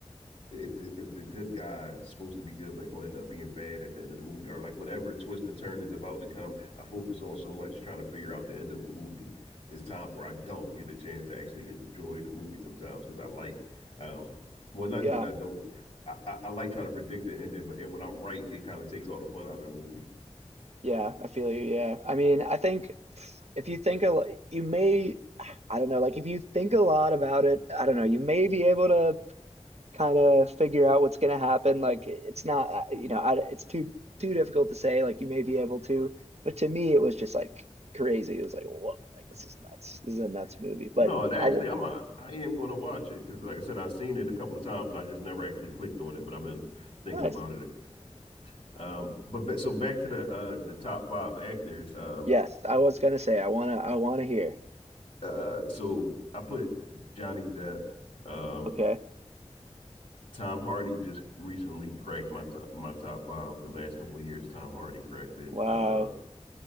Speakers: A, on the left; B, on the right.
A: if the if the good guy is supposed to be good but gonna end up being bad at the end of the movie or like whatever twist and turn is about to come, I focus on so much trying to figure out the end of a movie. It's times where I don't get a chance to actually enjoy the movie sometimes because I like um well not
B: Yeah.
A: even I don't I, I, I like trying to predict the ending, but and when I'm right, it kind of takes all the fun out of the movie.
B: Yeah, I feel you. Yeah. I mean, I think if you think a lot, you may, I don't know, like if you think a lot about it, I don't know, you may be able to kind of figure out what's going to happen. Like it's not, uh, you know, I, it's too too difficult to say. Like you may be able to, but to me, it was just like crazy. It was like, whoa, like this is nuts.
A: Mm.
B: This is a nuts movie. But
A: No, that
B: I,
A: actually,
B: w-
A: I'm a, I am going to watch it because, like I said, I've seen it a couple of times, and I just never actually clicked on it. But I've been thinking
B: nice.
A: about it. Um, but, but so back to the uh the top five actors. Um,
B: Yes, I was gonna say I wanna, I wanna hear.
A: uh, so I put Johnny Depp. Um,
B: Okay.
A: Tom Hardy just recently cracked my top my top five. The last couple of years, Tom Hardy cracked it.
B: Wow.
A: Uh,